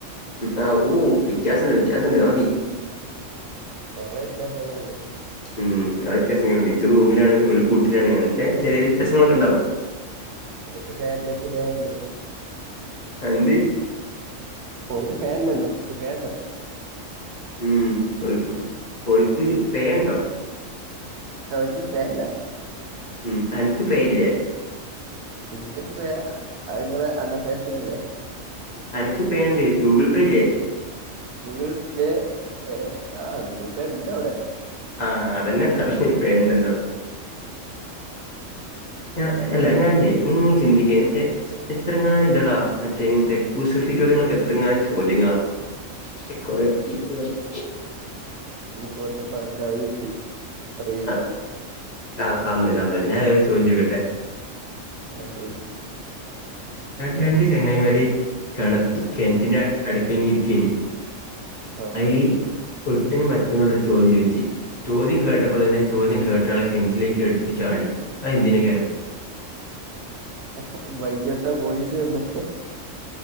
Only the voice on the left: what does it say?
ഉം ആഹ് ഓഹ് വ്യത്യാസുണ്ട്‌ വ്യത്യാസുണ്ട് അത് മതി
ഉം അത് വ്യെത്യാസങ്ങള്ണ്ട് ഇജ് റൂമിലാണ് ഓല് കൂട്ടിലാണ് അങ്ങൻത്തെ ചെറ്യേ വ്യെത്യാസങ്ങളൊക്കെണ്ടാവും
അന്തി
ഉം ഓൽക് ഹം ഓൽക്ക് പേണ്ടോ
ഉം അനക്ക് പേ ഇല്യ
അനക്ക് പേണ്ട് ഗൂഗിൾ പേല്യെ
ആഹ് അതന്നെ പറഞ്ഞെ പേ ഉണ്ടല്ലോ
ഞാഅല്ല ഞാൻ ഇങ്ങനെ ചിന്ദിക്കുവാ ഇട്ട് എത്രങ്ങാനും ഇതടാ മറ്റേ ഇങ്ങനത്തെ കുസിൃതി ചോദ്യങ്ങളൊക്കെ എത്രങ്ങാനം ചോദ്യങ്ങളാ <unintelligible>
ആ, ആ അന്നന്നെഅന്നന്നെ ഞാനൊരു ചോദ്യം ചോദിക്കട്ടെ
രണ്ട് ചങ്ങൈമാര് കിണർ കിണറ്റിന്റെ അടുത്ത് തന്നെ ഇരിക്കയ്നി
അയില് ഒര്ത്തന് മറ്റോനോടൊരു ചോദ്യം ചോയ്ച്ച് ചോദ്യം കേട്ടപ്പ തന്നെ ചോദ്യം കേട്ടാള് കെൺറ്റിലേക്ക് എട്ത്തി ചാടി അതെന്തിനെയ്ക്കാരം?